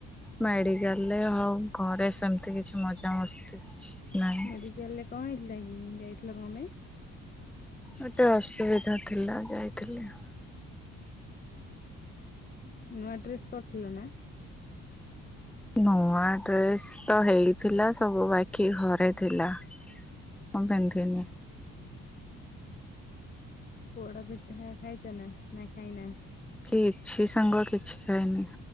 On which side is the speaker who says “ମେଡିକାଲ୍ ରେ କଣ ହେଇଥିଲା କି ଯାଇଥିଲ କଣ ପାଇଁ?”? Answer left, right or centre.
Left